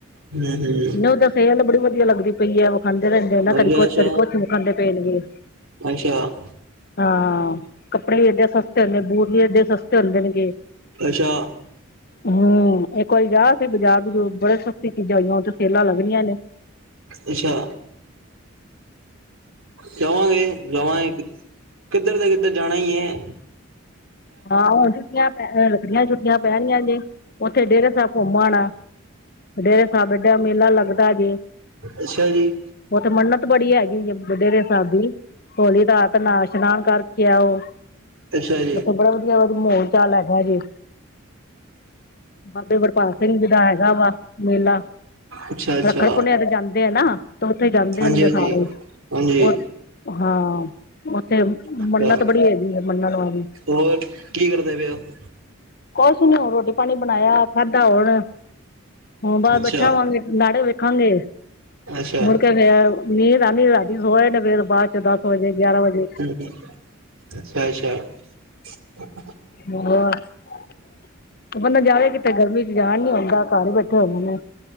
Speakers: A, on the right; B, on the left.
A: ਹੂੰ
B: ਨਹੀਂ ਉਹ ਤਾਂ ਸਿਹਤ ਬੜੀ ਵਧੀਆ ਲੱਗਦੀ ਪਈ ਏ ਉਹ ਖਾਂਦੇ ਰਹਿੰਦੇ ਨਾ
A: ਹੂੰ
B: ਕਦੀ ਕੁਛ
A: ਅੱਛਾ
B: ਕਦੀ ਕੁਛ ਖਾਂਦੇ। ਫ
A: ਅੱਛਾ
B: ਹਾਂ ਕੱਪੜੇ ਵੀ ਏਡੇ ਸਸਤੇ ਹੁੰਦੇ ਬੂਜ ਵੀ ਏਡੇ ਸਸਤੇ ਹੁੰਦੇ ਨੇ ਗੇ।
A: ਅੱਛਾ ਅੱਛਾ
B: ਹੂੰ ਇੱਕ ਵਾਰੀ ਜਾ ਬਾਜ਼ਾਰ ਬਾਜੂਰ, ਬੜੇ ਸਸਤੀ ਚੀਜ਼ਾਂ ਹੋਈਆਂ ਉੱਥੇ ਸੇਲਾਂ ਲੱਗ ਰਹੀਆਂ ਨੇ।
A: ਅੱਛਾ। ਜਾਵਾਂਗੇ ਜਾਵਗ ਕਿੱਧਰ ਦਾ ਕਿੱਧਰ ਜਾਣਾ ਹੀ ਏ।
B: ਹਾਂ ਹੁਣ ਛੁੱਟੀਆਂ ਪੈ ਛੁੱਟੀਆਂ ਛੁੱਟੀਆਂ ਪੈਣੀਆਂ ਗਿਆ ਦੇ, ਉੱਥੇ ਡੇਢਾ ਸਾਹਿਬ ਘੁੰਮਣ ਆਣਾ। ਡੇਰਾ ਸਾਹਿਬ ਅੱਡਾ ਮੇਲਾ ਲੱਗਦਾ ਜੇ।
A: ਅੱਛਾ ਜੀ।
B: ਉੱਥੇ ਮੰਨਤ ਬੜੀ ਹੈਗੀ, ਜੇ ਡੇਰੇ ਸਾਹਿਬ ਵੀ। ਹੋਲੀ ਰਾਤ ਨਾ ਇਸ਼ਨਾਨ ਕਰਕੇ ਆਓ।
A: ਅੱਛਾ ਜੀ।
B: ਉੱਥੇ ਬੜਾ ਵਧੀਆ ਵ ਮੋਲ ਚਾਲ ਹੈਗਾ ਜੇ। ਬਾਬੇ ਬਡਭਾਗ ਸਿੰਘ ਜੀ ਦਾ ਹੈਗਾ ਵਾ ਮੇਲਾ।
A: ਅੱਛਾ-ਅੱਛਾ,
B: ਰੱਖੜ ਪੁੰਨਿਆ ਤੇ ਜਾਂਦੇ ਆ ਨਾ, ਤੇ ਉੱਥੇ ਜਾਂਦੇ
A: ਹਾਂਜੀ-ਹਾਂਜੀ।
B: ਨੇਗੇ ਸਾਰੇ,
A: ਹਾਂਜੀ, ਹਾਂਜੀ
B: ਉ
A: ਹਾਂਜੀ,
B: ਹਾਂ ਉੱਥੇ
A: ਅੱਛਾ
B: ਮੰਨਤ ਬੜੀ ਹੈਗੀ ਆ ਮੰਨਣ ਵਾਲੀ।
A: ਹੋਰ ਕੀ ਕਰਦੇ ਪਏ ਉਹ?
B: ਕੁਛ ਨੀ ਹੁਣ ਰੋਟੀ ਪਾਣੀ ਬਣਾਇਆ, ਖਾਧਾ ਹੁਣ ਹੁਣ ਬਾਰ
A: ਅੱਛਾ,
B: ਬੈਠਾ ਹੋਵਾਂਗੇ, ਨਾਟਕ ਵੇਖਾਂਗੇ,
A: ਅੱਛਾ,
B: ਮੁੜ ਕੇ ਨੀਦ ਫੇਰ ਨੀਂਦ ਆਂਦੀ ਰਾ ਸੋ ਜਨੇ ਫਰ ਬਾਅਦ ਚ ਦਸ ਵਜੇ ਗਿਆਰਾਂ ਵਜੇ।
A: ਹਂ, ਅੱਛਾ <unintelligible>
B: <unintelligible> ਬੰਦਾ ਜਾਵੇ ਕਿਥੇ, ਗਰਮੀ ਚ ਜਾਣ ਨੀਂ ਆਉਂਦਾ ਘਰ ਹੀ ਬੈਠੇ ਹੋਣ‌